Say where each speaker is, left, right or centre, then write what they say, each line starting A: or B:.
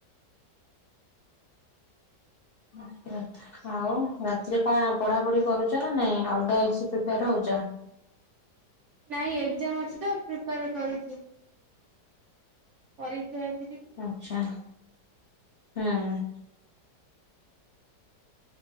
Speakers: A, on the left; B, on the right.
A: <unintelligible> ଆଉ ରାତିରେ କଣ ପଢା ପଢି କରୁଛ ନା ନାଇଁ ଅଲଗା କିଛି ପ୍ରିପେୟାର ହଉଛ?
B: ନାଇଁ ଏକ୍ଜାମ ଅଛି ତ ପ୍ରିପୟର କରୁଛି। ପରୀକ୍ଷା ଅଛି ଟି
A: ଆଚ୍ଛା ହଁ।